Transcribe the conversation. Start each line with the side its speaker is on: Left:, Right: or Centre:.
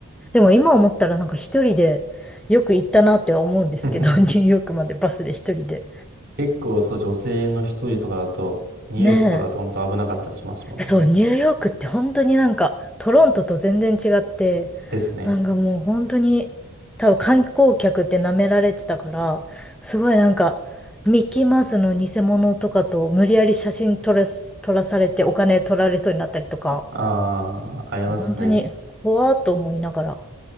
Centre: でも今思ったらなんか一人でよく行ったなっては思うんですけど、
Right: <laughs>
Centre: <laughs> ニューヨークまでバスで一人で。
Right: 結構そう、女性の一人とかだと、ニューヨークとかだと本当危なかったりしますもんね。
Centre: ねえ。えそう、ニューヨークって本当になんか、トロントと全然違って、
Right: ですね。
Centre: なんかもう本当に、多分観光客って舐められてたから、すごいなんか、ミッキーマウスの偽物とかと無理やり写真撮らす、撮らされてお金取られそうになったりとか、
Right: ああ、ありますね。
Centre: 本当に怖っと思いながら、